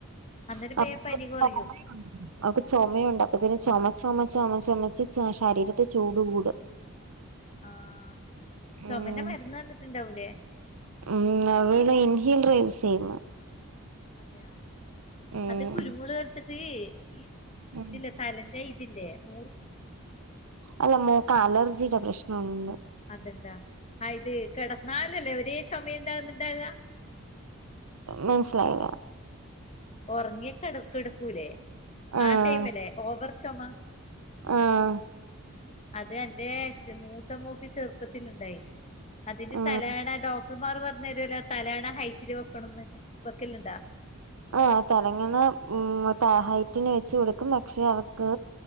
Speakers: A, on the left; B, on the right.
A: അന്നേരം
B: <unintelligible>
A: വേഗം പനി കുറയും
B: അവക്ക് ചൊമയൊണ്ട്, അപ്പഴത്തേന് ചൊമച്ച് ചൊമച്ച് ചൊമച്ച് ചൊമച്ച് ശരീരത്തീ ചൂട് കൂടും.
A: ആഹ് ചൊമേന്റെ
B: ഉം
A: മരുന്ന് തന്നിട്ടുണ്ടാവൂലേ?
B: ഉം അവിള് ഇൻഹേലറ് യൂസ് ചെയ്യുന്നു.
A: അതെയാ,
B: ഉം
A: അത് കുരുമുളക് എടുത്തിട്ട് ഈ
B: ഉം
A: ഇതില് തലേന്റെ ഇതില്ലേ മൂർദ്ധി
B: അല്ല മോക്ക് അലർജിയുടെ പ്രശ്നോണ്ട്.
A: അത്ണ്ടാ, ആഹ് ഇത് കെടന്നാലല്ലേ ഒരേ ചൊമ ഉണ്ടാകുന്നുണ്ടാകുക?
B: മനസ്സിലായില്ല.
A: ഒറങ്ങി കെട കെടക്കൂലേ
B: ആഹ്
A: ആ ടൈമല്ലേ ഓവർ ചൊമ?
B: ആഹ്
A: അത് അന്റെ മൂത്തമോക്ക് ചെറുപ്പത്തിലുണ്ടായിന്. അതിതി
B: ആഹ്
A: തലയാണ ഡോക്ടർമാർ പറഞ്ഞു തരൂലോ തലയാണ ഹൈറ്റില് വെക്കണംന്ന് വെക്കലുണ്ടാ?
B: ആഹ് തലങ്ങണ ഉം ഹൈറ്റിന് വെച്ച് കൊടുക്കും, പക്ഷെ അവക്ക്